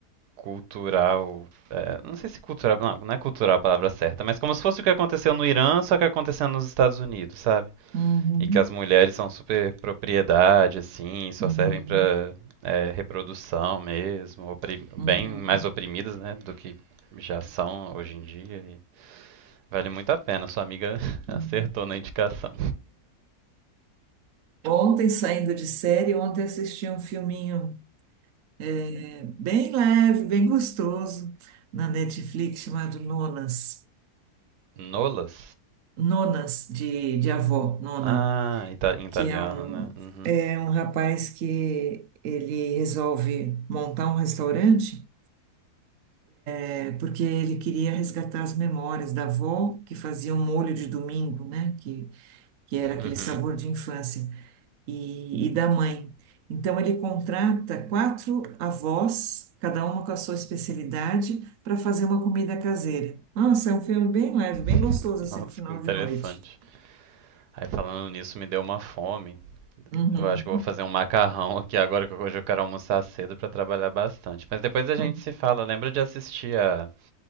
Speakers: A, on the right; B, on the right.
A: cultural. é, não sei se cultural. Não, não é cultural a palavra certa, mas como se fosse o que aconteceu no Irã, só que acontecendo nos Estados Unidos, sabe?
B: Uhum,
A: E que as mulheres são super propriedade, assim, só
B: uhum,
A: servem pra é, reprodução mesmo, opri- bem
B: uhum,
A: mais oprimidas, né, do que já são hoje em dia. e vale muito a pena, sua amiga <laughs> acertou
B: uhum.
A: na indicação.
B: Ontem, saindo de série, ontem assisti um filminho é, bem leve, bem gostoso, na Netflix, chamado Nonas.
A: Nolas?
B: Nonas, de, de avó, Nona,
A: Ah, ita- em italiano,
B: que é um,
A: né? Uhum.
B: é um rapaz que ele resolve montar um restaurante. É porque ele queria resgatar as memórias da avó que fazia o molho de domingo, né? Que, que era aquele
A: Uhum.
B: sabor de infância, e, e da mãe. Então ele contrata quatro avós, cada uma com a sua especialidade, para fazer uma comida caseira. Nossa, é um filme bem leve,
A: <laughs>
B: bem gostoso, assim,
A: Nossa,
B: pro final
A: que interessante.
B: de noite.
A: Aí falando nisso, me deu uma fome.
B: Uhum.
A: Eu acho que eu vou fazer um macarrão aqui agora, que hoje eu quero almoçar cedo pra trabalhar bastante. Mas depois a gente
B: Uhum.
A: se fala. Lembra de assistir a,